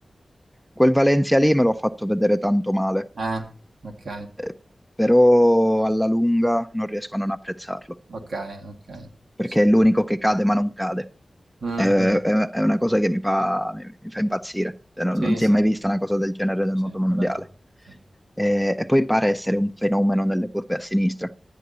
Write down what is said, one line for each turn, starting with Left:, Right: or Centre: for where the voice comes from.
Centre: quel Valencia lì me l'ho fatto vedere tanto male,
Right: Eh, ok,
Centre: eh, però alla lunga non riesco a non apprezzarlo,
Right: ok, ok,
Centre: perché
Right: sì.
Centre: è l'unico che cade ma non cade.
Right: Mhm.
Centre: È, è- è una cosa che mi fa, mi- mi fa impazzire, Cioè, non,
Right: Sì,
Centre: non si
Right: sì,
Centre: è mai vista
Right: sì,
Centre: una cosa del genere nel
Right: sì,
Centre: mondo
Right: è
Centre: mondiale.
Right: vero. Sì,
Centre: eh, e poi pare essere un fenomeno nelle curve a sinistra.